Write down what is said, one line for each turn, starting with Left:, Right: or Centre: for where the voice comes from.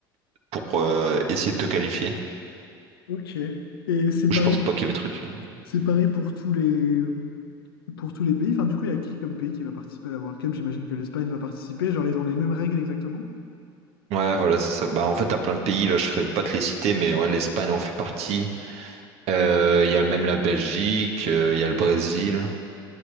Right: pour euh, essayer de te qualifier.
Left: Ok. Et c'est
Right: Ou
Left: pareil,
Right: Je pense pas qu'il y avait truc. hein.
Left: c'est pareil pour tous les, pour tous les pays. Enfin, du coup, il y a qui comme pays qui va participer à la World Cup? J'imagine que l'Espagne va participer. Genre, ils ont les mêmes règles exactement.
Right: Ouais, voilà, c'est ça. Bah, en fait, t'as plein de pays, là, je serais pas te les citer, mais ouais, l'Espagne en fait partie. Euh, Il y a même la Belgique, euh, il y a le Brésil.